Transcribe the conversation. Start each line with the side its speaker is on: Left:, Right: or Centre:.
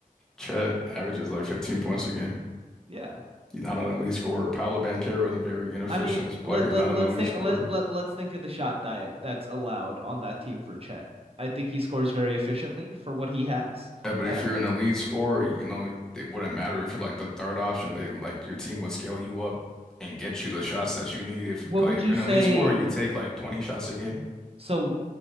Centre: Chet averages like 15 points a game.
Right: Yeah.
Centre: He's not an elite scorer. Paolo Banchero is a very inefficient
Right: I mean,
Centre: player.
Right: let
Centre: He's
Right: let
Centre: not
Right: let's
Centre: an elite
Right: think
Centre: scorer.
Right: let let let's think of the shot diet that's allowed on that team for Chet. I think he scores very efficiently for what he has.
Centre: Yeah, but
Right: Uh,
Centre: if you're an elite scorer, you know, it wouldn't matter if you're like the third option. They like your team would scale you up and get you the shots that you need. If
Right: what
Centre: like
Right: would
Centre: if
Right: you
Centre: you're
Right: say?
Centre: an elite scorer, you take like 20 shots a game.
Right: So,